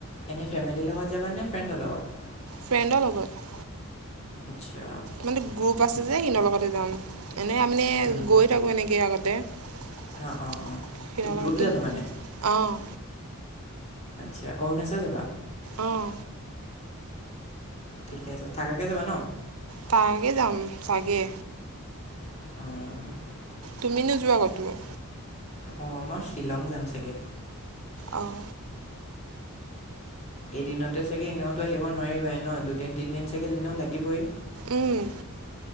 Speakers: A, on the left; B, on the right.
A: এনে ফেমিলিৰ লগত যাবা নে ফ্ৰেণ্ডৰ লগত।
B: ফ্ৰেণ্ডৰ লগত।
A: আচ্ছা
B: মানে গ্ৰুপ আছে যে সিনৰ লগতে যাম এনেই আমি
A: উম
B: গৈ থাকোঁ এনেকে আগতে। <unintelligible>
A: অঁ অঁ অঁ গ্ৰুপ
B: টো
A: যাবা মানে
B: আহ
A: আচ্ছা অৰুণাচল যাবা।
B: অঁ
A: ঠিকে আছে থাকাকে যাবা ন।
B: থকাকে যাম ছাগে।
A: অহ
B: তুমি নোযোৱা কতো?
A: অঁ মই শ্বিলং যাম চাগে।
B: অহ
A: এদিনতে চাগে এনেওতো আহিব নোৱাৰিবাই ন দুদিন তিনদিন চাগে এনেও লাগিবই
B: উম